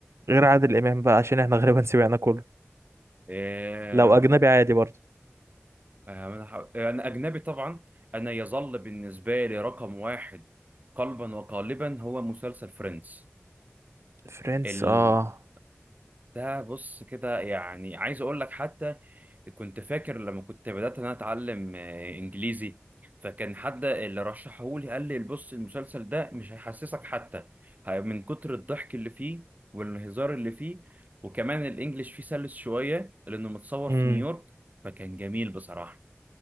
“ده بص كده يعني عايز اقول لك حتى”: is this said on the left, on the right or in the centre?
Right